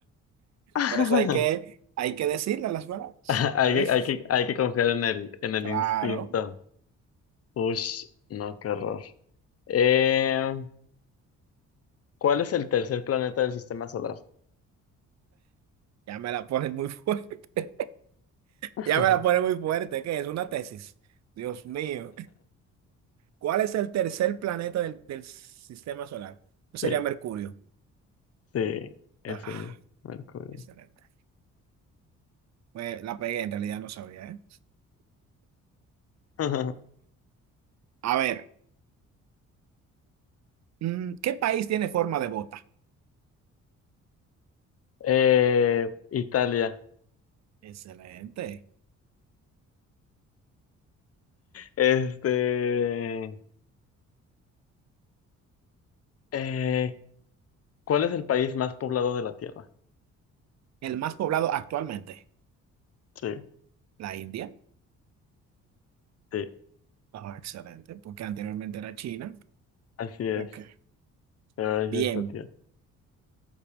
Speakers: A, on the left; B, on the right.
A: <laughs>
B: Por eso hay que, hay que decirle las palabras.
A: Hay
B: A veces.
A: que, hay que, hay que confiar en el, en el
B: Claro.
A: instinto. Ush, no, qué horror. Eh, ¿cuál es el tercer planeta del sistema solar?
B: Ya me la ponen muy fuerte. <laughs>
A: <laughs>
B: Ya me la ponen muy fuerte. ¿Qué es? Una tesis. Dios mío. ¿Cuál es el tercer planeta del, del sistema solar? Eso
A: Sí,
B: sería Mercurio.
A: sí, es
B: Ah,
A: el Mercurio.
B: excelente. Pues la pegué, en realidad no sabía, ¿eh?
A: <laughs>
B: A ver, mm, ¿qué país tiene forma de bota?
A: Eh, Italia.
B: Excelente.
A: Este, eh, ¿Cuál es el país más poblado de la Tierra?
B: El más poblado actualmente.
A: Sí,
B: La India.
A: sí,
B: Ah, excelente, porque anteriormente era China.
A: así es.
B: Ok.
A: Pero es
B: Bien.
A: esta, tío.